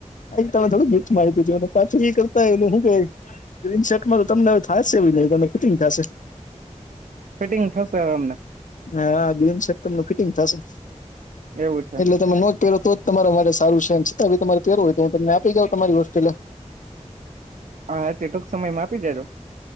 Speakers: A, on the left (about 80°); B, on the right (about 80°).
A: તમે થોડુંક ગીત માહિતી જો પાછું એ કરતા હોય એલે હું ક ગ્રીન શર્ટમાં તો તમને હવે થાયશે જ છે નઈ ત ફિટિંગ થશે
B: ફિટિંગ થશે હવે આમને
A: હા જીન્ શર્ટ તમ ફિટિંગ થાશે
B: એવું છે
A: એટલે તમે નો પેરો તો તમારા માટે સારું છે છતાં તમારે પેારું હોય તો હું તમને આપી જાઉં તમારી હોસ્ટેલે
B: હા તે ટૂક સમય મા આપી જજો